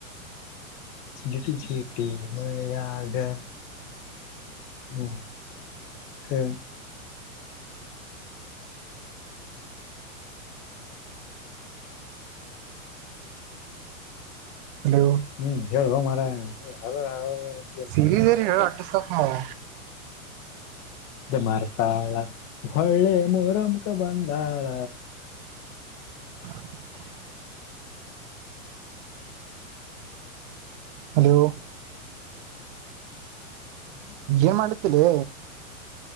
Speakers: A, on the left; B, on the right.
A: ಚಿ ಚೀಟ್ಟಿ ಮಳ ಆಳ್ಗೆ <inaudible> ಹಕ್ಕೆ.
B: ಹಲೋ.
A: ಹ್ಮ್ ಹೇಳುವ ಮಾರ ನೀ. ಹೇಳ್ತೀಯಲ್ಲ.
B: ಸಿರಿ ಅರಿ ಹೇಳ ಅಡ್ತಿಸತ ನವು.
A: ಮಾರತಾಳ ಒಳ್ಳೆ ಮೊರಮಕ ಬಂದಾಳ.
B: <inaudible> ಹಲೋ
A: ಹ್ಮ <inaudible>
B: ಏನ್ ಮಾಡುತ್ತಲೇ.